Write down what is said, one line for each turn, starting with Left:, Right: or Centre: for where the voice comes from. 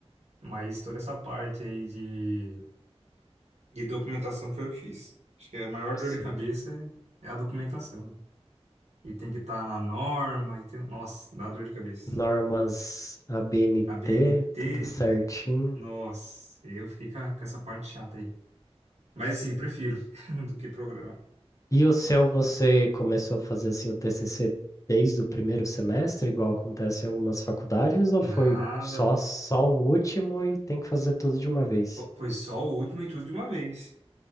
Right: Mas toda essa parte aí de, de documentação foi eu que fiz. Acho que a maior
Left: sim.
Right: dor de cabeça é, é a documentação, né? E tem que estar na norma. E tem... Nossa, dá dor de cabeça.
Left: Normas ABNT,
Right: A BNT,
Left: tudo certinho.
Right: nossa, eu fiquei com, a- com essa parte chata aí. Mas assim, prefiro <laughs> do que programar.
Left: E o seu, você começou a fazer assim o TCC desde o primeiro semestre, igual acontece em algumas faculdades, ou
Right: Nada.
Left: foi só só o último e tem que fazer tudo de uma vez?
Right: Fo- Foi só o último e tudo de uma vez.